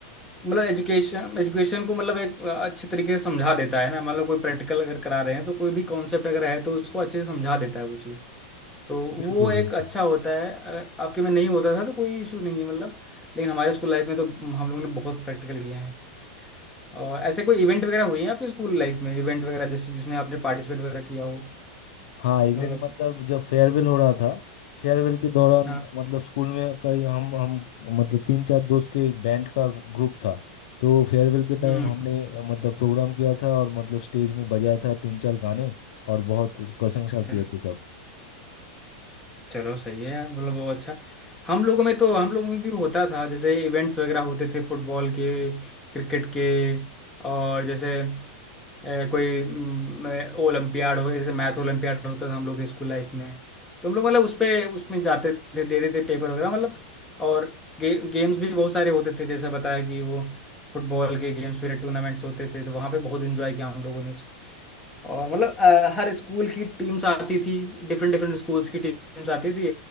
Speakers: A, in the centre; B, on the left.
A: मतलब एजुकेशन एजुकेशन को मतलब एक अच्छे तरीके से समझा देता है ना मतलब कोई प्रैक्टिकल अगर करा रहे हैं तो कोई भी कॉन्सेप्ट अगर है तो उसको अच्छे से समझा देता है वो चीज़ तो वो
B: बिल्कुल
A: एक
B: बिल्कुल
A: अच्छा होता है अगर आपके में नहीं होता था तो कोई इशू नहीं है मतलब लेकिन हमारे स्कूल लाइफ में तो हम लोगों ने बहुत प्रैक्टिकल किए हैं और ऐसे कोई इवेंट वगैरह हुई है आपके स्कूल लाइफ में इवेंट वगैरह जिस जिसमें आपने पार्टिसिपेट वगैरह किया हो
B: हाँ इवेंट
A: मतलब
B: मतलब जब फेयरवेल हो रहा था फेयरवेल के दौरान
A: हाँ
B: मतलब स्कूल में कई हम हम मतलब तीन चार दोस्त के एक बैंड का ग्रुप था तो फेयरवेल के टाइम
A: हम्म
B: हमने अ, मतलब प्रोग्राम किया था और मतलब स्टेज में बजाया था तीन चार गाने और बहुत प्रशंसा
A: अच्छा
B: किए थे सब
A: चलो सही है यार मतलब वो अच्छा हम लोगों में तो हम लोगों में भी होता था जैसे इवेंट्स वगैरह होते थे फुटबॉल के क्रिकेट के और जैसे ए, कोई म, ओलंपियाड हो जैसे मैथ ओलंपियाड होता था हम लोग के स्कूल लाइफ में तो हम लोग मतलब उस पे उसमें जाते थे दे देते थे पेपर वगैरह मतलब और गे, गेम्स भी बहुत सारे होते थे जैसा बताया कि वो फुटबॉल के गेम्स वगैरह टूर्नामेंट्स होते थे तो वहाँ पे बहुत एंजॉय किया हम लोगों ने इस- और मतलब अ, हर स्कूल की टीम्स आती थी डिफरेंट डिफरेंट स्कूल्स की टीम्स आती थी